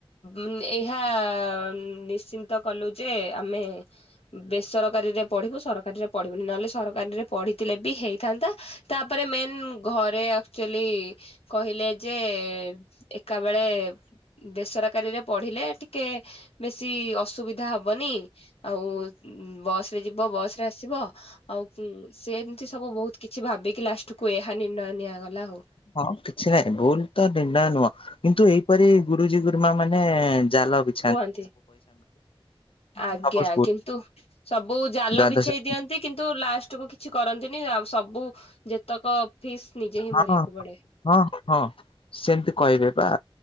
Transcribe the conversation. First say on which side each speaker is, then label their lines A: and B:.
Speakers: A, on the left; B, on the left.
A: ମ୍-ଏହା ନିଶ୍ଚିନ୍ତ କଲୁ ଯେ ଆମେ। ବେସରକାରୀରେ ପଢିବୁ ସରକାରୀରେ ପଢିବୁନି ନହେଲେ ସରକାରୀରେ ପଢିଥିଲେ ବି ହେଇଥାନ୍ତା। ତାପରେ ମେନ୍ ଘରେ ଆକ୍ଚୁଲି। କହିଲେ ଯେ ଏକା ବେଳେ ବେସରକାରୀରେ ପଢିଲେ ଟିକେ ବେଶୀ ଅସୁବିଧା ହବନି ଆଉ ବସ ରେ ଯିବ ବସ ରେ ଆସିବ। ଆଉ କ୍-ସେନ୍ତି ସବୁ ବହୁତ କିଛି ଭାବିକି ଲାଷ୍ଟକୁୁ ଏହା ନିର୍ଣ୍ଣୟ ନିଆଗଲା ଆଉ।
B: ହଁ କିଛି ନହିଁ ଭୁଲ ତ ନିର୍ଣ୍ଣୟ ନୁହଁ। କିନ୍ତୁ ଏଇପରି ଗୁରୁଜୀ ଗୁରୁମା ମାନେ ଜାଲ ବି
A: କୁହନ୍ତି ଆଜ୍ଞା
B: ସବୁ ସ୍କୁଲ
A: କିନ୍ତୁ ସବୁ ଜାଲ
B: ଦ୍ଵାଦଶ
A: ବିଛେଇ ଦିଅନ୍ତି କିନ୍ତୁ ଲାଷ୍ଟ କୁ କିଛି କରନ୍ତିନି ଆଉ ସବୁ ଯେତକ ଫିସ୍ ନିଜେ ହିଁ
B: ହଁ
A: ଭରିବାକୁ ପଡେ
B: ହଁ ହଁ। ସେମିତି କହିବେ ବା